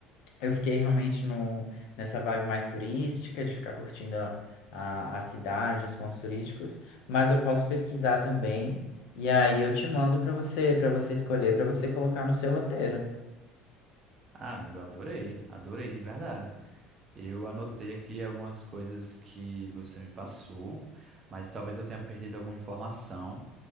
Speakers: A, on the left; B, on the right.
A: eu fiquei realmente no, nessa vibe mais turística, de ficar curtindo a, a, a cidade, os pontos turísticos, mas eu posso pesquisar também, e aí eu te mando para você, para você escolher, para você colocar no seu roteiro.
B: Ah, amigo, adorei, adorei de verdade. Eu anotei aqui algumas coisas que você me passou, mas talvez eu tenha perdido alguma informação.